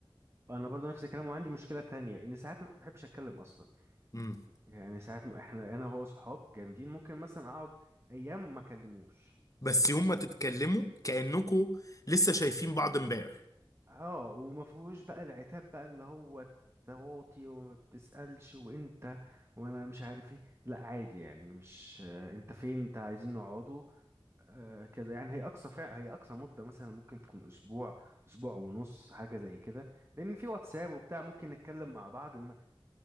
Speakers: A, on the right (about 30°); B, on the left (about 40°).
A: انا برضو نفس الكلام وعندي مشكله تانية ان ساعات ما بحبش اتكلم اصلا
B: مم.
A: يعني ساعات ما احنا انا وهو صحاب جامدين ممكن مثلا اقعد ايام ما اكلموش
B: بس يوم ما تتكلموا كأنكوا لسه شايفين بعض امبارح
A: اه وما فيهوش بقى العتاب بقى اللي هو تواطي وما بتسالش وانت وانا مش عارف ايه لا عادي يعني مش آه، انت فين انت عايزين نقعدوا آه كذا يعني هي اقصى فع هي اقصى مده مثلا ممكن تكون اسبوع اسبوع ونص حاجه زي كده لان في واتساب وبتاع ممكن نتكلم مع بعض إن-